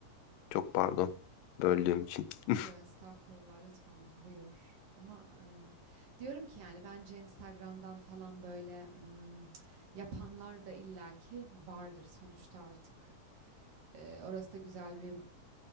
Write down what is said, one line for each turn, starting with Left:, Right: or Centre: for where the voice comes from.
Left: Çok pardon. Böldüğüm için. <laughs>
Right: Yo, estağfurullah lütfen buyur. Ama eee, diyorum ki yani bence Instagram'dan falan böyle mm, yapanlar da illaki vardır sonuçta artık. Eee, orası da güzel bir